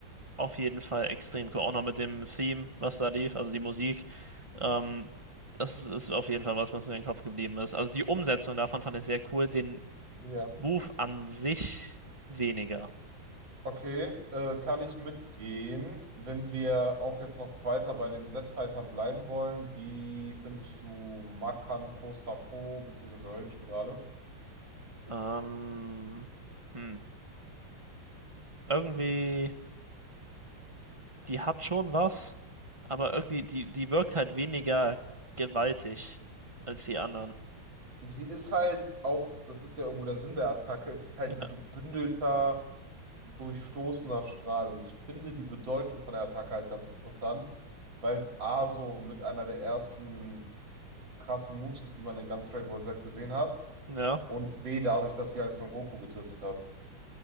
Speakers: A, on the right; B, on the right.
A: auf jeden Fall extrem cool. Auch noch mit dem Theme, was da lief, also die Musik. Ähm, das ist auf jeden Fall was, was mir in den Kopf geblieben ist. Also die Umsetzung davon fand ich sehr cool, den
B: Ja.
A: Move an sich weniger.
B: Okay, äh, kann ich mitgehen, wenn wir auch jetzt noch weiter bei den Z-Fightern bleiben wollen. Wie findest du Makan Kosapo beziehungsweise Höllenspirale?
A: Ähm, hm. Irgendwie. die hat schon was, aber irgendwie, die, die wirkt halt weniger gewaltig als die anderen.
B: Sie ist halt auch, das ist ja irgendwo der Sinn der Attacke, es ist halt
A: Ja.
B: ein gebündelter, durchstoßener Strahl. Und ich finde die Bedeutung von der Attacke halt ganz interessant, weil es A so mit einer der ersten krassen Moves ist, die man in ganz Dragon Ball Z gesehen hat.
A: Ja,
B: Und B, dadurch, dass sie halt Son Goku getötet hat.